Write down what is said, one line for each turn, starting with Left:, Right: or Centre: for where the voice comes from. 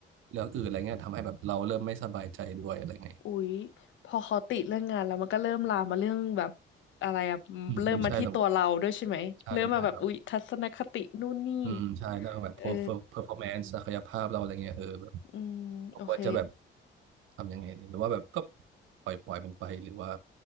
Right: เรื่องอื่นอะไรเงี้ยทำให้แบบเราเริ่มไม่สบายใจด้วยอะไรเงี้ย
Left: อุ๊ยพอเขาติเรื่องงานแล้วมันก็เริ่มลามมาเรื่องแบบอะไรอะเริ่มมาที่ตัวเราด้วยใช่ไหมเริ่มมาแบบอุ๊ยทัศนคตินู่นนี่
Right: อืมอืมใช่เราใช่ใช่แบบ อืมใช่เรื่องแบบ
Left: เออ
Right: perform- performance ศักยภาพเราอะไรเงี้ยเออแบบ
Left: อืมโอเค
Right: ควรจะแบบทำยังไงดีหรือว่าแบบก็ปล่อยปล่อยมันไปหรือว่า